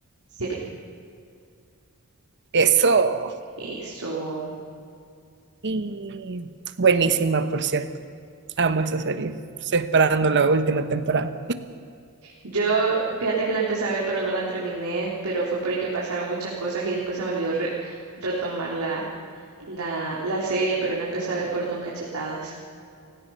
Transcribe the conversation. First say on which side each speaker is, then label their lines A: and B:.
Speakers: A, on the right (about 80°); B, on the right (about 55°).
A: Sí,
B: Eso.
A: eso.
B: Y buenísima, por cierto. Amo esa serie. Estoy esperando la última temporada.
A: Yo, fíjate que la empecé a ver, pero no la terminé, pero fue porque pasaron muchas cosas y después se me olvidó re- retomar la, la, la serie, pero la empecé a ver por Don Cachetadas.